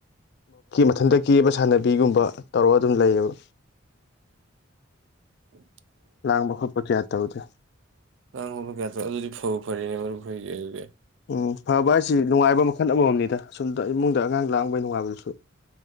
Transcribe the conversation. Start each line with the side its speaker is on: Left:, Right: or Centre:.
Left: ꯃꯊꯟꯇ ꯀꯦꯕ ꯁꯥꯟꯅꯕꯤꯒꯨꯝꯕ ꯇꯧꯔꯒ ꯑꯗꯨꯝ ꯂꯩꯌꯦꯕ
Right: ꯎꯝ
Left: ꯂꯥꯡꯕꯜ ꯄꯆ ꯌꯥꯦ ꯇꯧꯗꯦ
Right: ꯂ ꯍꯕ ꯀꯌꯥꯗꯣ ꯑꯗꯨꯗꯤ ꯐꯧ ꯐꯔꯦꯅꯦ ꯃꯔꯨꯞ ꯐꯗꯤ ꯑꯗꯨꯗꯤ
Left: ꯎꯝ ꯐꯕ ꯍꯥꯏꯁꯤ ꯅꯨꯡꯉꯥꯏꯕ ꯃꯈꯜ ꯑꯃꯃꯝꯅꯤꯗ ꯁꯣꯝꯗ ꯏꯃꯨꯡꯗ ꯑꯉꯥꯡ ꯂꯥꯡꯕꯩ ꯅꯨꯡꯉꯥꯏꯕꯗꯨꯁꯨ